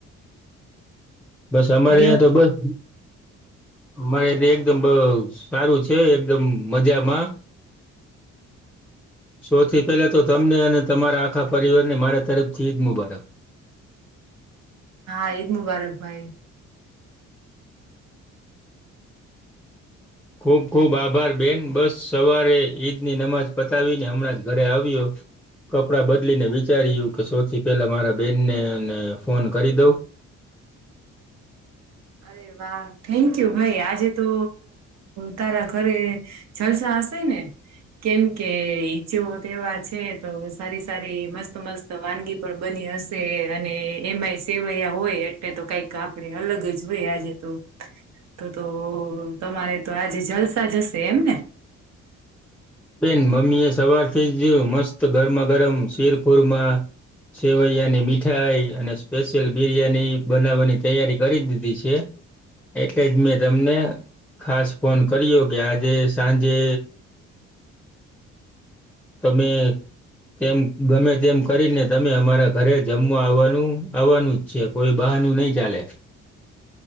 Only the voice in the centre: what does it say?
બસ અમારે
અહં તો બસ અમારે એલે એકદમ સારું છે એકદમ મજામાં સૌથી પેલા તો તમને અને તમારા આખા પરિવાર ને મારા તરફથી ઈદ મુબારક
ખૂબ ખૂબ આભાર બેન બસ સવારે ઈદની નમાજ પતાવીને હમણાં જ ઘરે આવ્યો કપડાં બદલીને વિચાર્યું કે સૌથી પહેલાં મારા બેનનેને ફોન કરી દઉં
બેન, મમ્મી એ સવારથી જ મસ્ત ગરમા ગરમ શીરખોરમાં સેવૈયાની મીઠાઈ અને સ્પેશિયલ બિરિયાની બનાવવાની તૈયારી કરી દીધી છે. એટલે જ મેં તમને ખાસ ફોન કર્યો કે આજે સાંજે તમે તેમ ગમે તેમ કરીને તમે અમારા ઘરે જમવા આવવાનું, આવવાનું. છે, કોઈ બહાનું નહી ચાલે.